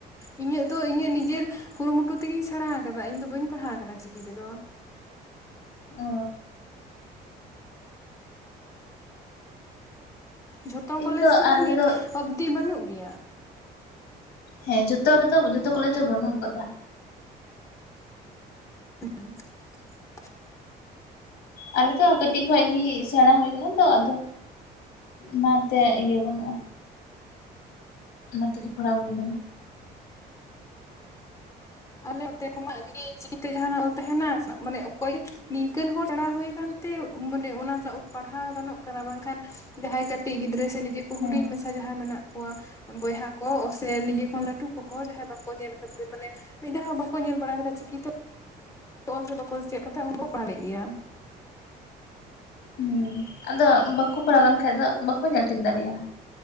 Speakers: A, on the left; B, on the left.
A: ᱤᱧᱟᱹᱜ ᱫᱚ ᱤᱧᱟᱹᱜ ᱱᱤᱡᱮᱨ ᱠᱩᱨᱩᱢᱩᱴᱩ ᱛᱮᱜᱤᱧ ᱥᱮᱬᱟ ᱟᱠᱟᱫᱟ, ᱤᱧ ᱫᱚ ᱵᱟᱹᱧ ᱯᱟᱲᱦᱟᱣ ᱟᱠᱟᱱᱟ ᱪᱤᱠᱤ ᱛᱮᱫᱚ᱾
B: ᱚ
A: ᱡᱷᱚᱛᱚ
B: ᱤᱧ
A: ᱠᱚᱞᱮᱡᱽ
B: ᱫᱚ
A: ᱨᱮᱦᱚᱸ
B: ᱟᱞᱮ
A: ᱱᱤᱛ
B: ᱫᱚ
A: ᱚᱵᱽᱫᱤ ᱵᱟᱹᱱᱩᱜ ᱜᱮᱭᱟ᱾
B: ᱦᱮᱸ ᱡᱷᱚᱛᱚ ᱨᱮᱫᱚ ᱡᱷᱚᱛᱚ ᱠᱚᱞᱮᱡᱽ ᱨᱮ ᱵᱟᱹᱱᱩᱜ ᱠᱟᱫᱟ᱾
A: <inaudible>
B: ᱟᱞᱮ ᱫᱚ ᱠᱟᱹᱴᱤᱡ ᱠᱷᱚᱱᱚᱡ ᱜᱮ ᱥᱮᱬᱟ ᱦᱩᱭ ᱟᱠᱟᱱᱟ ᱛᱚ, ᱟᱫᱚ ᱚᱱᱟᱛᱮ ᱤᱭᱟᱹ ᱵᱟᱹᱱᱩᱜᱼᱟ᱾ ᱚᱱᱟ ᱛᱮᱜᱮ ᱯᱟᱲᱦᱟᱣ ᱦᱩᱭ ᱠᱟᱱᱟ᱾
A: ᱟᱞᱮ ᱚᱛᱮ ᱠᱚᱢᱟ ᱡᱩᱫᱤ ᱪᱤᱠᱤ ᱛᱮ ᱡᱟᱸᱦᱱᱟᱜ ᱚᱞ ᱛᱟᱦᱮᱱᱟ ᱢᱟᱱᱮ ᱚᱠᱚᱭ ᱱᱤᱝᱠᱟᱹᱱ ᱦᱚᱲ ᱥᱮᱬᱟ ᱦᱩᱭ ᱠᱟᱱ ᱛᱮ ᱢᱟᱱᱮ ᱚᱱᱟ ᱥᱟ ᱯᱟᱲᱦᱟᱣ ᱜᱟᱱᱚᱜ ᱠᱟᱱᱟ, ᱵᱟᱝᱠᱷᱟᱱ ᱡᱟᱦᱟᱸᱭ ᱠᱟᱹᱴᱤᱡ ᱜᱤᱫᱽᱨᱟᱹ ᱥᱮ ᱱᱤᱡᱮ ᱠᱚ
B: ᱦᱮᱸ
A: ᱦᱩᱰᱤᱧ ᱢᱟᱪᱷᱟ ᱡᱟᱦᱟᱸᱭ ᱠᱚ ᱢᱮᱱᱟᱜ ᱠᱚᱣᱟ ᱵᱚᱭᱦᱟ ᱠᱚ ᱥᱮ ᱱᱤᱡᱮ ᱠᱷᱚᱱ ᱞᱟᱹᱴᱩ ᱠᱚᱦᱚᱸ ᱡᱟᱦᱟᱸᱭ ᱵᱟᱠᱚ ᱧᱮᱞ ᱠᱟᱛᱮ ᱢᱟᱱᱮ ᱢᱤᱫ ᱫᱷᱟᱣ ᱦᱚᱸ ᱵᱟᱠᱚ ᱧᱮᱞ ᱵᱟᱲᱟ ᱠᱟᱫᱟ ᱪᱤᱠᱤ ᱛᱮ ᱚᱞ ᱜᱮ ᱵᱟᱠᱚ ᱠᱩᱥᱤᱭᱟᱜ ᱠᱟᱱ ᱛᱟᱦᱮ ᱩᱱ ᱫᱚᱠᱚ <inaudible> ᱜᱮᱭᱟ᱾
B: ᱦᱩᱸ ᱟᱫᱚ ᱵᱟᱠᱚ ᱯᱟᱲᱟᱣ ᱞᱮᱱ ᱠᱷᱟᱱᱡ ᱫᱚ ᱵᱟᱠᱚ ᱧᱮᱞ ᱴᱷᱤᱠ ᱫᱟᱲᱮᱭᱟᱜᱼᱟ᱾